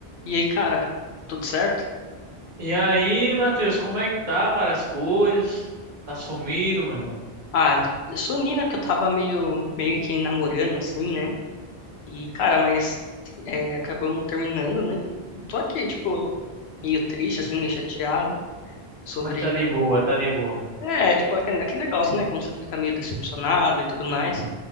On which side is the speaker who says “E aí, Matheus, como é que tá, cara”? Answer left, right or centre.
Right